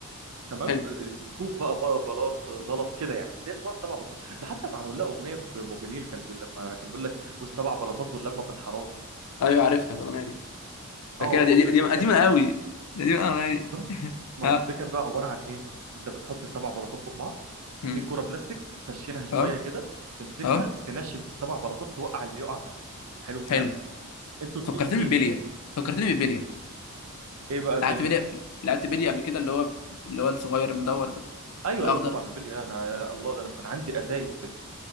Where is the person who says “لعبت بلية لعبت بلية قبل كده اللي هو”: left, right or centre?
Left